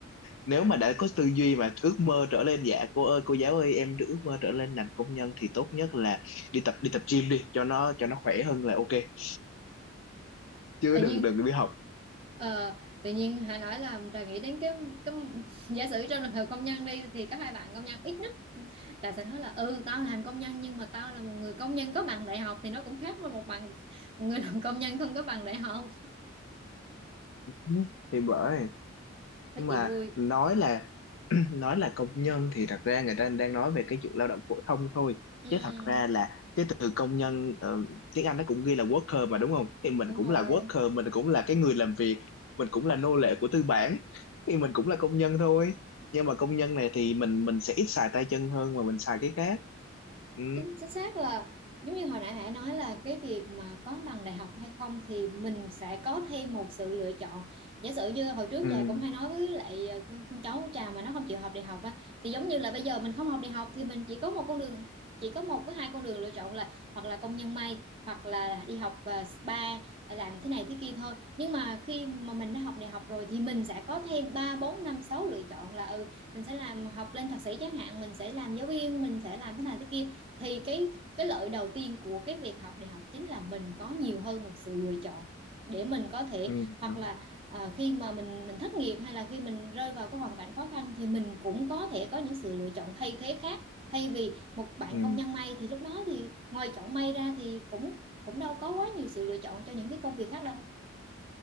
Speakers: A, on the left; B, on the right.
A: nếu mà đã có tư duy mà ước mơ trở lên dạ cô ơi cô giáo ơi em ước mơ trở lên làm công nhân thì tốt nhất là đi tập đi tập gym đi cho nó cho nó khỏe hơn là ok <laughs> chứ
B: tự
A: đừng
B: nhiên
A: đừng đi học
B: Ờ, tự nhiên hãy nói là Trà nghĩ đến cái cái <laughs> giả sử trong trường hợp công nhân đi thì có hai bạn công nhân ít nhất Trà sẽ nói là ừ tao làm công nhân nhưng mà tao là một người công nhân có bằng đại học thì nó cũng khác với một bằng một người làm công nhân không có bằng đại học
A: Ừ, thì bởi
B: Ừ, nói
A: nhưng mà
B: chuyện vui
A: nói là nói là công nhân thì thật ra người ta đang nói về cái chuyện lao động phổ thông thôi
B: ừ
A: chứ thật ra là cái từ công nhân ờ, tiếng Anh nó cũng ghi là worker mà đúng không thì mình
B: đúng
A: cũng
B: rồi
A: là worker mình cũng là cái người làm việc mình cũng là nô lệ của tư bản thì mình cũng là công nhân thôi nhưng mà công nhân này thì mình mình sẽ ít xài tay chân hơn mà mình xài cái khác ừ
B: chính chính xác là giống như hồi nãy Hải nói là cái việc mà có bằng đại học hay không thì mình sẽ có thêm một sự lựa chọn giả sử như hồi trước
A: ừ
B: Trà cũng hay nói với lại ờ, con con cháu của Trà mà nó không chịu học đại học á thì giống như là bây giờ mình không học đại học thì mình chỉ có một con đường chỉ có một với hai con đường lựa chọn là hoặc là công nhân may hoặc là đi học ờ, spa ờ, làm thế này thế kia thôi nhưng mà khi mà mình đã học đại học rồi thì mình sẽ có thêm ba bốn năm sáu lựa chọn là ừ mình sẽ làm học lên thạc sĩ chẳng hạn mình sẽ làm giáo viên mình sẽ làm thế này thế kia thì cái cái lợi đầu tiên của cái việc học đại học chính là mình có nhiều hơn một sự lựa chọn để mình có thể
A: ừ
B: hoặc
A: đúng
B: là à, khi mà mình mình thất nghiệp hay là khi mình rơi vào cái hoàn cảnh khó khăn thì mình cũng có thể có những sự lựa chọn thay thế khác thay vì một bạn
A: ừ
B: công nhân may thì lúc đó thì ngoài chọn may ra thì cũng cũng đâu có quá nhiều sự lựa chọn cho những cái công việc khác đâu